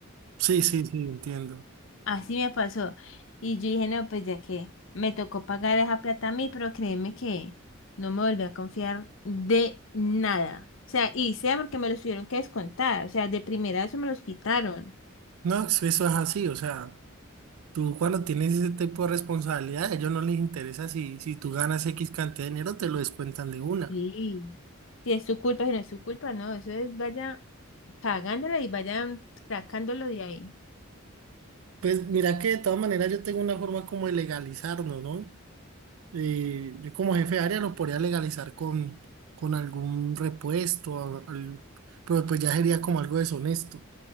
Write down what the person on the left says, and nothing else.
Así me pasó. Y yo dije, no, pues ya que me tocó pagar esa plata a mí, pero créeme que no me volví a confiar de nada. O sea, y sea porque me los tuvieron que descontar. O sea, de primera eso me los quitaron.
Sí. Si es su culpa, si no es su culpa, no. Eso es, vaya pagándola y vayan sacándolo de ahí.